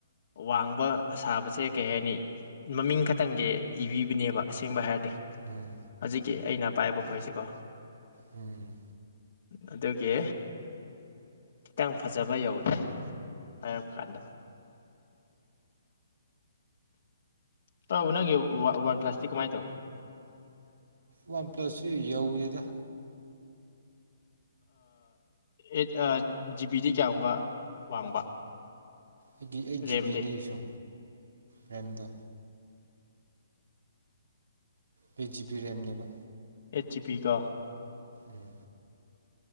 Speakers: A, on the left (about 50°); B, on the right (about 60°).
A: ꯋꯥꯡꯕ ꯁꯥꯕꯁꯦ ꯀꯩ ꯍꯥꯏꯅꯤ ꯃꯃꯤꯡ ꯈꯛꯇꯪꯒꯤ ꯏꯕꯤꯕꯅꯦꯕ ꯑꯁꯦꯡꯕ ꯍꯥꯏꯔꯗꯤ
B: ꯎꯝ
A: ꯍꯧꯖꯤꯛꯀꯤ ꯑꯩꯅ ꯄꯥꯏꯕ ꯈꯣꯏꯁꯤꯀꯣ
B: ꯎꯝ
A: ꯑꯗꯨꯒꯤ ꯈꯤꯇꯪ ꯐꯖꯕ ꯌꯧꯗꯦ ꯄꯥꯏꯔꯛꯄ ꯀꯥꯟꯗ ꯇꯧ ꯅꯪꯒꯤ ꯋꯥꯟ ꯄ꯭ꯂꯥꯁꯇꯤ ꯀꯃꯥꯏ ꯇꯋ
B: ꯋꯥꯟ ꯄ꯭ꯂꯁꯁꯨ ꯌꯧꯋꯦꯗ
A: ꯑꯦꯠ ꯖꯤꯕꯤꯗꯤ ꯀꯌꯥꯒꯨꯝꯕ ꯋꯥꯡꯕ
B: ꯑꯩꯒꯤ ꯑꯩꯠ ꯖꯤꯕꯤꯅꯦ
A: ꯔꯦꯝꯗꯤ
B: ꯑꯩꯁꯨ ꯔꯦꯝꯗꯣ ꯑꯩꯠ ꯖꯤꯕꯤ ꯔꯦꯝꯅꯦꯕ
A: eight ꯒꯤ ꯕꯤ ꯀꯣ
B: ꯎꯝ